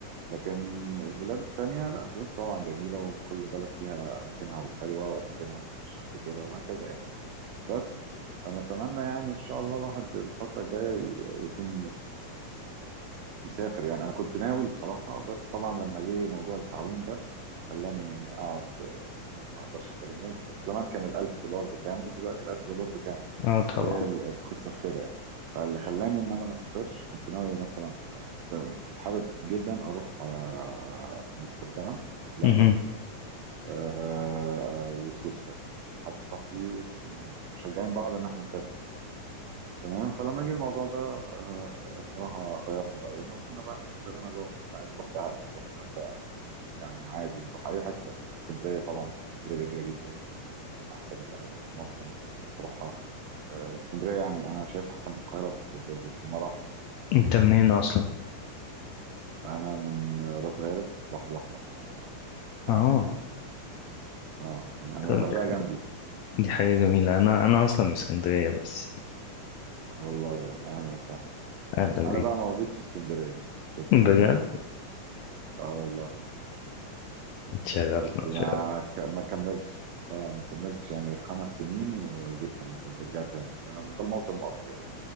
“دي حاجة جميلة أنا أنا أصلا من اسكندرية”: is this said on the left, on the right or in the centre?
Left